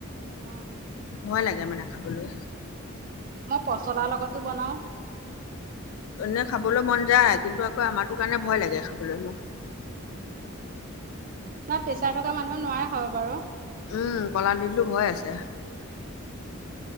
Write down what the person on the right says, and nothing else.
অ',
মই পছলাৰ লগতো বনাওঁ।
অ', নয় প্ৰেছাৰ থকা মানুহে নোৱায়ে খাব বাৰু।
উম,